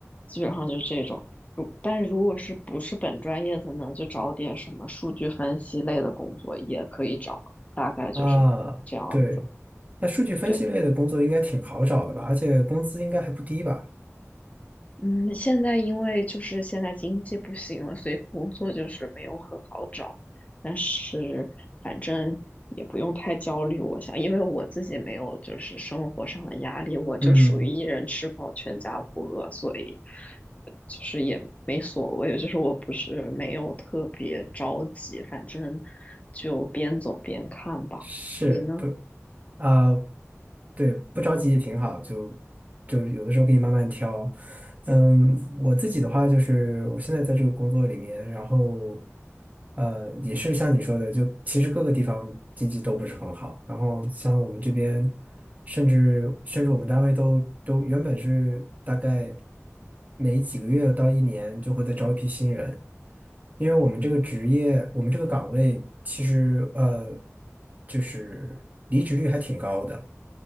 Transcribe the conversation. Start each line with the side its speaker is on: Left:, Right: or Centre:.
Left: 基本上就是这种。如，但是如果是不是本专业的呢，就找点什么数据分析类的工作也可以找，大概就是这样子。
Right: 啊，对，那数据分析类的工作应该挺好找的吧？
Left: 对。
Right: 而且工资应该还不低吧？
Left: 嗯，现在因为就是现在经济不行了，所以工作就是没有很好找。但是反正也不用太焦虑，我想，因为我自己没有就是生活上的压力，我就属于一人吃饱全家不饿，
Right: 嗯，
Left: 所以就是也没所谓，就是我不是没有特别着急，反正就边走边看吧。
Right: 是。
Left: 你呢？
Right: 啊、对，不着急也挺好，就就有的时候可以慢慢挑。嗯，我自己的话就是，我现在在这个工作里面，然后呃，也是像你说的，就其实各个地方经济都不是很好。然后像我们这边，甚至甚至我们单位都都原本是大概每几个月到一年就会再招一批新人，因为我们这个职业，我们这个岗位其实呃，就是离职率还挺高的。